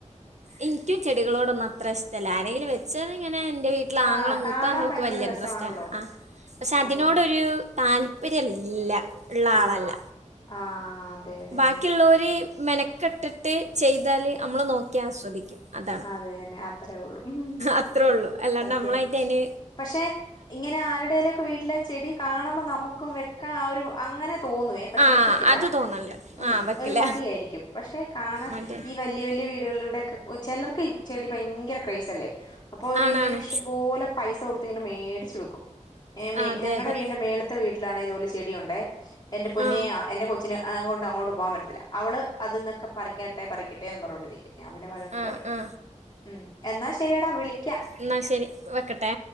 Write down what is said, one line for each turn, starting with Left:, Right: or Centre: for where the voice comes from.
Right: ഇൻക്കും ചെടികളോടൊന്നും അത്ര ഇഷ്ട്ടല്ല ആരെങ്കിലും വെച്ചാല് ങ്ങനെ എൻ്റെ വീട്ടില്
Left: ആ
Right: ആങ്ങള മൂത്താങ്ങ
Left: കാണാൻ
Right: ഇക്ക്
Left: ഭയങ്കര
Right: വല്യ
Left: രസമാണല്ലോ
Right: ഇൻട്രസ്റ്റ് ആ പക്ഷെ അതിനോടൊരു
Left: അതെ
Right: താല്പര്യല്ല ഇള്ള
Left: ആ
Right: ആളല്ല
Left: ആ അതെ അതെ
Right: ബാക്കിയുള്ളോര്
Left: അതെ
Right: മെനക്കെട്ടിട്ട് ചെയ്താല് നമ്മള് നോക്കി ആസ്വദിക്കും അതാണ്
Left: അത് തന്നെ അത്രേ ഉള്ളൂ ഉം
Right: അത്രേ ഒള്ളൂ അല്ലാണ്ട്
Left: സത്യം
Right: നമ്മളായിട്ട് ഐന്
Left: പക്ഷെ ഇങ്ങനെ ആരുടെലൊക്കെ വീട്ടിലെ ചെടി കാണുമ്പോ നമുക്കും വെക്ക ആ ഒരു അങ്ങനെ തോന്നുവേ പക്ഷെ
Right: ആ
Left: വെക്കത്തില്ല
Right: അത് തോന്നലുണ്ട്
Left: ഉം
Right: ആ വെക്കില്ല
Left: ഒരു മടിയായിരിക്കും പക്ഷെ കാണാൻ
Right: മറ്റേ
Left: ഈ വല്യ വല്യ വീ ട്കളിലൂടെ ചെലർക്ക് ചെടി ഭയങ്കര ക്രൈസ്സല്ലേ അപ്പോ അപ്പോര്ങ്ങനെ
Right: ആണാണ്
Left: ഇഷ്ടപോലെ പൈസ കൊട് ത്ത്ങ്ങനെ മേടിച്ചു വെക്കും.
Right: ആ അതെ
Left: ഞങ്ങടെ
Right: അതെ
Left: വീടിന്റെ മേള്ത്തെ വീട്ടിലാണെ ഇതുപോലെ ചെടിയ്ണ്ടേ എന്റെ പൊന്നെ
Right: ആ
Left: എന്റെ കൊച്ചിന് അ കൊണ്ട് അങ്ങോട്ട് പോകാൻ പറ്റത്തില്ല അവള് അത്ന്നൊക്കെ പറിക്കട്ടെ പറിക്കട്ടെ ന്ന് പറഞ്ഞോണ്ടിരിക്കും ഞാൻ പിന്നെ വഴക്കൂപറിം
Right: ആ ആ
Left: ഉം എന്നാ ശെരിയെടാ വിളിക്കാ
Right: എന്നാ ശെരി വെക്കട്ടെ